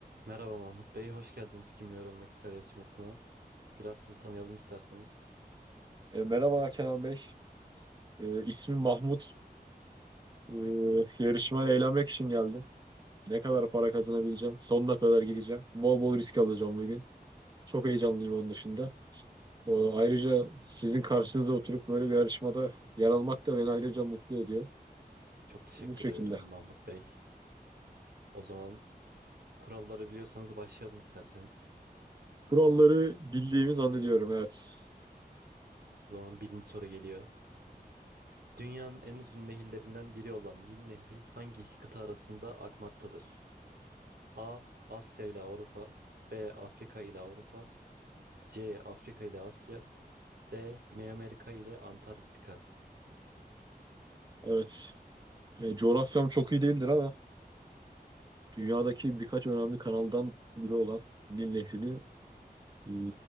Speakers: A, on the right; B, on the right.
A: Merhaba Mahmut Bey, hoş geldiniz Kim Yorulmak İster yarışmasına. Biraz sizi tanıyalım isterseniz.
B: E, merhabalar Kenan Bey. E, ismim Mahmut. E, yarışmaya eğlenmek için geldim. Ne kadar para kazanabileceğim? Sonuna kadar gideceğim. Bol bol risk alacağım bugün. Çok heyecanlıyım onun dışında. O, ayrıca sizin karşınıza oturup böyle bir yarışmada yer almak da beni ayrıca mutlu ediyor.
A: Çok teşekkür
B: Bu şekilde.
A: ederim Mahmut Bey. O zaman kuralları biliyorsanız başlayalım isterseniz.
B: Kuralları bildiğimi zannediyorum, evet.
A: O zaman birinci soru geliyor. Dünyanın en uzun nehirlerinden biri olan Nil Nehri hangi iki kıta arasında akmaktadır? A. Asya ile Avrupa B. Afrika ile Avrupa C. Afrika ile Asya D. Güney Amerika ile Antarktika
B: Evet. E, coğrafyam çok iyi değildir ama dünyadaki birkaç önemli kanaldan biri olan Nil Nehri'ni e,